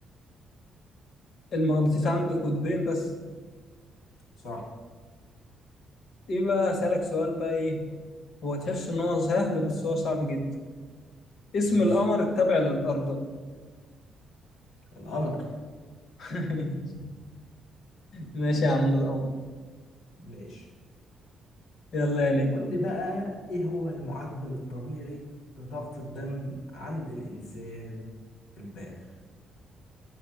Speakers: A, on the left (about 65°); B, on the left (about 80°).
A: المغناطيس عنده قطبين بس
B: صح
A: ايه بقى اسألك سؤال بقى ايه هو تحس ان هو سهل بس هو صعب جدا اسم
B: ماشي
A: القمر التابع للأرض
B: القمر
A: <laughs> ماشي يا عم القمر
B: ماشي
A: يلا يا نجم
B: قول لي بقى ايه هو المعدل الطبيعي لضغط الدم عند الانسان البالغ